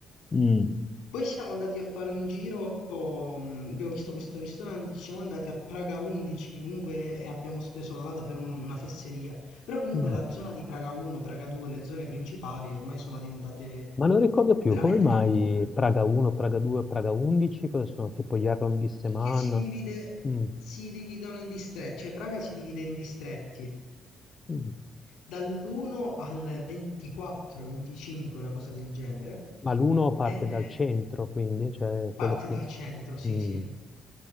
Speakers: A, on the left; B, on the left.
A: Mm.
B: poi siamo andati a fare un giro, mh, abbiamo visto questo ristorante, ci siamo andati a Praga 11, che comunque eh, abbiamo speso là davvero un- una fesseria. Però comunque
A: mm.
B: la zona di Praga 1, Praga 2, le zone principali ormai sono diventate
A: Ma non ricordo più,
B: veramente
A: come mai
B: tanto care.
A: Praga 1, Praga 2, Praga 11, cosa sono? Tipo gli arrondissement?
B: Perché si divide,
A: Mm,
B: si dividono in distretti, cioè Praga si divide in distretti
A: mm.
B: dall'1 al 24, 25, una cosa del genere.
A: Ma l'uno parte
B: E
A: dal centro, quindi, cioè
B: parte
A: quello più...
B: dal centro, sì,
A: Mm,
B: sì.